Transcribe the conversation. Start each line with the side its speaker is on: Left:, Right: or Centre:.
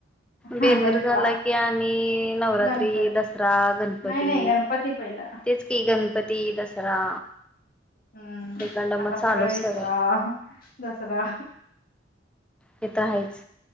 Left: हा
Centre: बेंदूर
Left: बैलपोळा
Centre: झाला की आणि नवरात्री,
Left: गणपती
Centre: दसरा, गणपती.
Left: नाही नाही गणपती पहिला
Centre: तेच कि गणपती दसरा.
Left: हम्म
Centre: एकंड मग
Left: आता
Centre: चालूच
Left: सगळं विसरा
Centre: सगळे
Left: दसरा..
Centre: हे तर आहेच